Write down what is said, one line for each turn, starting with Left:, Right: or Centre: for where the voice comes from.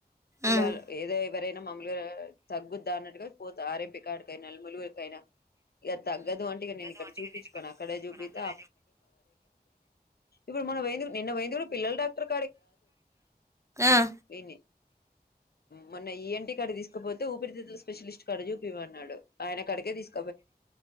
Left: పిల
Right: ఉమ్,
Left: ఏదో ఎవరైనా మామూలుగా తగ్గుద్దా అన్నట్టుగా పో ఆరంపికడకై న ములుగురికైనా ఇక తగదు అంటేగా నేను ఇక్కడ
Right: ఉమ్.
Left: చూపించుకోను అక్కడే చూపి <unintelligible>
Right: ఆహా
Left: ఇప్పుడు మనం పోయింది నిన్న పోయింది కూడా పిల్లల డాక్టర్
Right: ఆ
Left: ఈడనే మొన్న ఈఎన్టి కాడికి తీసుకపోతే ఊపిరితిత్తు ల స్పెషలిస్ట్ కాడ చూపియ్య మన్నాడు ఆయన కాడికే తీసుకు